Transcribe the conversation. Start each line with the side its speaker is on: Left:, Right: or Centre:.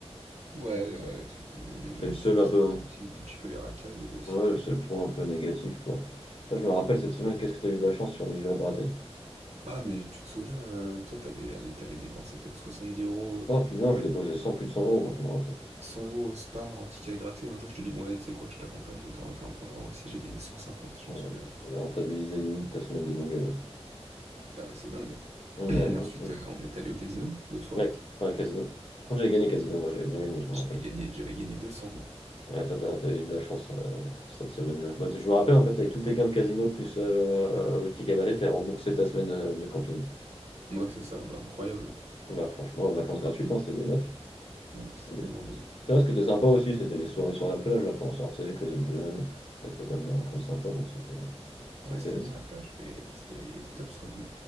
Right: Ouais, ouais, ceux qui faisaient les
Left: C'était
Right: jeunes
Left: le seul
Right: du sud
Left: un
Right: qui
Left: peu.
Right: faisaient
Left: hein,
Right: un petit un petit peu les racailles de cité,
Left: Ouais, le seul
Right: ouais,
Left: point
Right: je
Left: un peu négatif, quoi. Putain, je me rappelle cette semaine, qu'est-ce que t'as eu de la chance sur les jeux à gratter?
Right: ah mais tu te souviens, heu, toi, t'avais, allez, t'avais dépensé peut-être 70 euros.
Left: Non, plus non, j'ai déposé
Right: euh,
Left: 100, plus de 100 euros, moi, je me rappelle.
Right: 100 euros au Spar en ticket à gratter. Un jour, je te dis, bon, allez, tu sais quoi, je t'accompagne, je, vais t'en- je vais en prendre un aussi. J'ai gagné 150, je
Left: Ouais,
Right: me souviens. ouais.
Left: t'avais rentabilisé limite ta semaine de bungalow.
Right: Non, mais c'est dingue.
Left: Ouais,
Right: hein. <clears throat> Et ensuite,
Left: ouais,
Right: euh, on est allé au casino le soir.
Left: ouais, ouais, casino. Quand j'avais gagné casino, moi, j'avais bien gagné, je me
Right: J'avais
Left: rappelle.
Right: gagné, j'avais gagné 200, moi.
Left: Ouais, toi, t'as t'avais eu de la chance euh, cette semaine-là. Bah, je me rappelle, en fait, avec tous tes gains de casino plus euh, euh, au ticket à gratter, t'as remboursé ta semaine euh, de camping.
Right: Ouais, c'est ça, bah, incroyable.
Left: Bah, franchement, vacances gratuites, hein, c'est bénef.
Right: Ah ouais, c'était
Left: C'est
Right: tellement bien.
Left: c'est vrai, ce qui était sympa aussi, c'était les soirées sur la plage, là, quand on sortait avec les autres jeunes. On avait fait quand même des rencontres sympas, donc c'était. c'était...
Right: Ouais, c'était bien la plage. Mais c'était, il était top ce camping.